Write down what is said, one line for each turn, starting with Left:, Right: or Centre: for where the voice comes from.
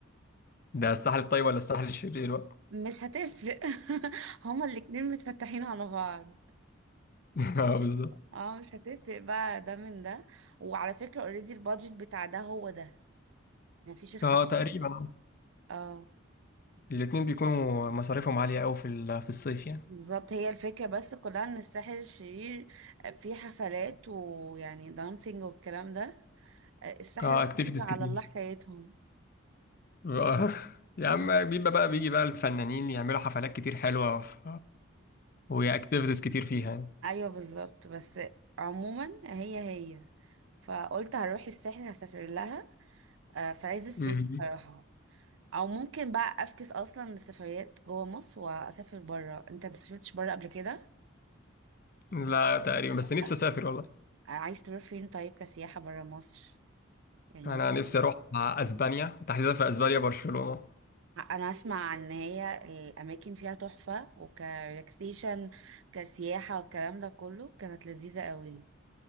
Left: ده الساحل الطيب ولا الساحل الشرير بقى
Right: مش هتفرق <laughs> هما الاتنين متفتحين على بعض
Left: <laughs> اه بالظبط
Right: اه مش هتفرق بقى ده من ده وعلى فكرة اوريدي البادجت بتاع ده هو ده مفيش اختلاف
Left: اه تقريبا
Right: اه
Left: الاتنين بيكونوا مصاريفهم عالية أوي في ال- في الصيف يعني
Right: بالظبط هي الفكرة بس كلها ان الساحل الشرير فيه حفلات ويعني دانسينج والكلام ده آه، الساحل
Left: اه
Right: الشرير
Left: اكتيفيتيز
Right: على
Left: كتير
Right: الله حكايتهم
Left: آه، يا عم بيبقى بقى بيجي بقى الفنانين يعملوا حفلات كتير حلوة ف- وهي اكتيفيتيز كتير فيها يعني
Right: ايوه بالظبط بس عموما هي هي فقلت هروح الساحل هسافر لها آه، في عز الصيف
Left: مهم.
Right: بصراحة او ممكن بقى افكس اصلا لسفريات جوه مصر واسافر بره انت ما سافرتش بره قبل كده
Left: لا تقريبا بس
Right: آه،
Left: نفسي أسافر والله
Right: عايز تروح فين طيب كسياحة بره مصر يعني
Left: أنا
Right: ممكن-
Left: نفسي أروح مع أسبانيا تحديدا في أسبانيا برشلونة
Right: انا اسمع ان هي الاماكن فيها تحفة وكريلاكسيشن كسياحة والكلام ده كله كانت لذيذة قوي